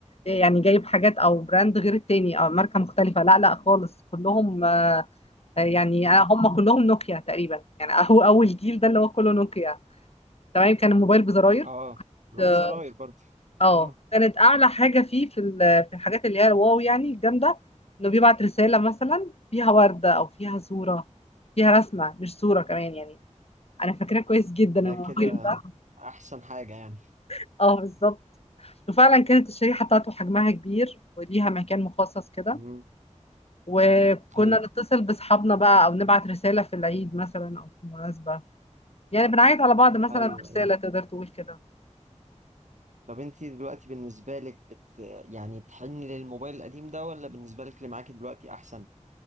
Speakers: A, on the left (about 55°); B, on the right (about 70°).
A: آه، يعني جايب حاجات او براند غير التاني او ماركه مختلفه لا لا خالص كلهم آه، يعني
B: مم.
A: آه، هم كلهم نوكيا تقريبا يعني هو <laughs> اول جيل ده اللي هو كله نوكيا تمام كان الموبايل بزراير
B: آه اللي
A: اه
B: هو الزراير برضه
A: آه.
B: آه
A: كانت اعلى حاجه فيه في ال- في الحاجات اللي هي الواو يعني الجامده انه بيبعت رساله مثلا فيها ورده او فيها صوره فيها رسمه مش صوره كمان يعني انا فاكراه كويس جدا
B: ده
A: الموضوع
B: كده
A: ده
B: أحسن حاجة يعني
A: <laughs> اه بالظبط وفعلا كانت الشريحه بتاعته حجمها كبير وليها مكان مخصص كده
B: مم.
A: وكنا
B: أيوه
A: نتصل باصحابنا بقى او نبعت رساله في العيد مثلا او في مناسبه يعني بنعيد على بعض مثلا
B: أيوه
A: برساله
B: أيوه
A: تقدر تقول كده
B: طب أنتي دلوقتي بالنسبة لك بت... يعني بتحني للموبايل القديم ده ولا بالنسبة لك اللي معاكي دلوقتي أحسن؟